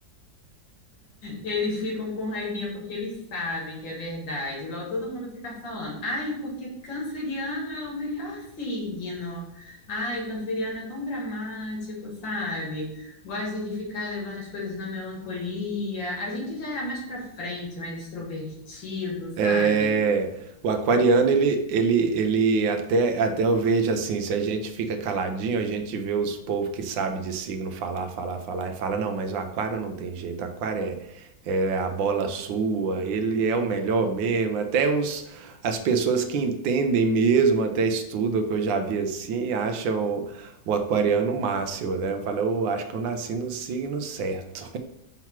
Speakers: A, on the left (about 80°); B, on the right (about 85°).
A: Eles ficam com raivinha porque eles sabem que é verdade. Igual todo mundo fica falando. Ai, porque canceriano é o melhor signo. Ai, canceriano é tão dramático, sabe? Gosta de ficar levando as coisas na melancolia. A gente já é mais pra frente, mais extrovertido, sabe?
B: É, o aquariano, ele, ele, ele até, até eu vejo assim, se a gente fica caladinho, a gente vê os povos que sabem de signo falar, falar, falar, e fala, não, mas o aquário não tem jeito, o aquário é, é a bola sua, ele é o melhor mesmo, até os, as pessoas que entendem mesmo, até estudam, que eu já vi assim, acham o aquariano o máximo, né? Eu falo, eu acho que eu nasci no signo certo.